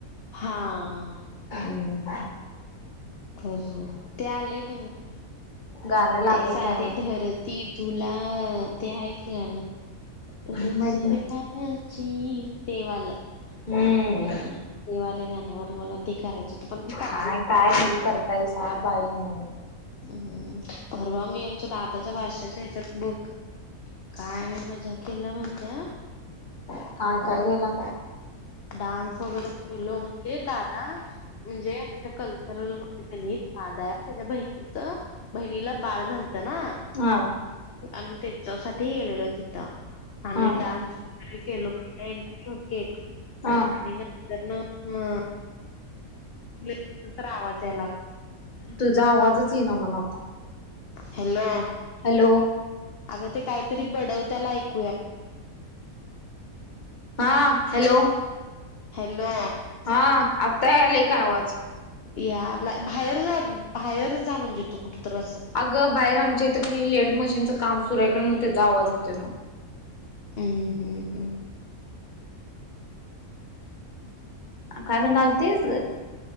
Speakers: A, on the left (about 50°); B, on the left (about 35°).
A: हांआआआ.
B: हम्म
A: खरचं ते आलय नवीन,
B: गाणं लागल
A: ते सारी
B: त्यावर
A: धरत ती तुलाअं, ते हाय की गाणं- -
B: काय
A: रुज
B: माहित नाही.
A: व्याची ते वालं. -
B: हंम्म्.
A: ते वाल्या गाण्यावर मलां ते करायचं होतं, पणं मी साडी
B: काय काय रील करतायसा बायानो
A: हम्म, परवा मी आमच्या दादाच्या बारशाच्या ह्याच्यात बघ. - काय आम्ही मजा केल्या माहितय- -
B: काय काय केला?
A: डान्सं वगैरे केलो, म्हणजे दांदां म्हणजे आमच्या कल्चंरल - दांदांय, त्याच्या बहिणीचं बहिणीला बाळ झालतं नां. -
B: हांं
A: आंम्ही त्यांंच्यासाठी गेलेलो तिथं, आणि
B: हा
A: डांन्स केोटेत <unintelligible>
B: हा.
A: आणि नंतर नं कुठं आवाज यायलागं.
B: तुझा आवाजचंं ईनां मला आता.
A: हॅलो!
B: हॅलो!
A: अगं ते काहीतरी बडंव त्यालं ऐकूया
B: हां हॅलो!
A: हॅलो!
B: हां, आत्ता यालय काय आवाज!
A: यालाय, बाहेर जा बाहेर जा म्हणजे तू कुठ तर असं
B: अगं बाहेर आमच्या इथं कणी लेट मशीनचं काम सुरू हाय गं मग तेजा आवाज येतोय मग.
A: अं हं हं
B: काय म्हणालतीस?